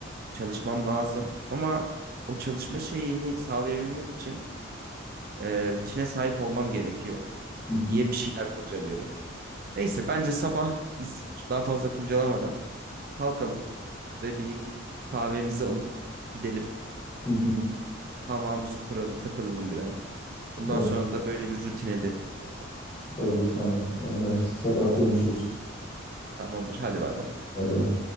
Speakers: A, on the right; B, on the left.
A: çalışmam lazım. Ama o çalışma şeyini sağlayabilmek için e, rutine sahip olmam gerekiyor
B: Hı
A: diye
B: hı,
A: bir şeyler kurcalıyorum. Neyse bence sabah biz daha fazla kurcalamadan kalkalım ve bir kahvemizi alıp gidelim.
B: hı hı.
A: Hamamımızı kuralım, takılalım birazcık. Bundan
B: Olur,
A: sonra da böyle bir rutine de çalışalım.
B: olur, tamam. Anlaştık. Sabah konuşuruz.
A: Tamamdır. Hadi bay bay.
B: Bay bay.